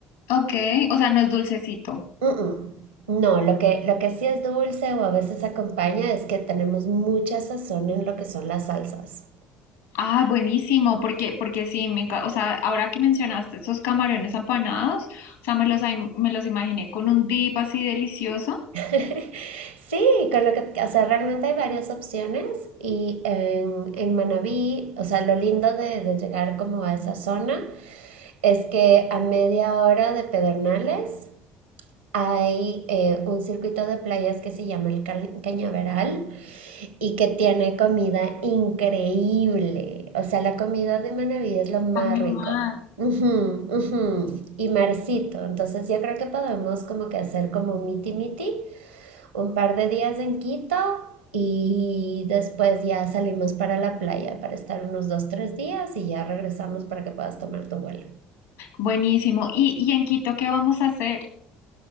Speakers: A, on the left (about 75°); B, on the right (about 85°).
A: Ok, o sea, no es dulcecito.
B: Mm, mm. No, lo que, lo que sí es dulce o a veces acompaña es que tenemos mucha sazón en lo que son las salsas.
A: Ah, buenísimo, porque, porque sí, me encanta, o sea, ahora que mencionaste esos camarones apanados, o sea, me los, im- me los imaginé con un dip así delicioso.
B: <laughs> Sí, con lo que, o sea, realmente hay varias opciones y en, en Manabí, o sea, lo lindo de, de llegar como a esa zona es que a media hora de Pedernales hay eh, un circuito de playas que se llama el Ca- Cañaveral y que tiene comida increíble. O sea, la comida de Manaví es lo más
A: Dame
B: rico.
A: más.
B: Ujú, ujú. Y Marcito, entonces yo creo que podemos como que hacer como un miti miti, un par de días en Quito y después ya salimos para la playa para estar unos dos, tres días y ya regresamos para que puedas tomar tu vuelo.
A: Buenísimo. ¿Y, y en Quito qué vamos a hacer?